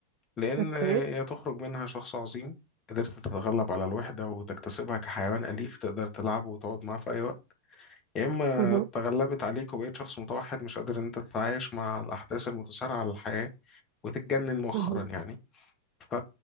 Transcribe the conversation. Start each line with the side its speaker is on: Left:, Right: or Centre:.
Left: لأن
Right: اوكي
Left: هي تخرج منها شخص عظيم قدرت تتغلب على الوحدة وتكتسبها كحيوان أليف تقدر تلعبه وتقعد معاه في أي وقت يا إما
Right: مهم.
Left: تغلبت عليك وبقيت شخص متوحد مش قادر إن أنت تتعايش مع الأحداث المتسارعة للحياة وتتجنن مؤخرا
Right: مهم.
Left: يعني ف